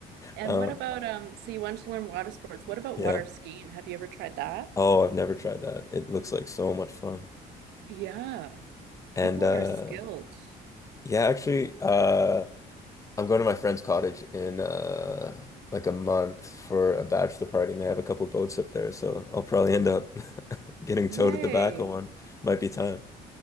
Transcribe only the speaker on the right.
And
what about um so you wanted to learn water sports. What about
water skiing? Have you ever tried that?
Yeah.
People
are skilled.
Yay.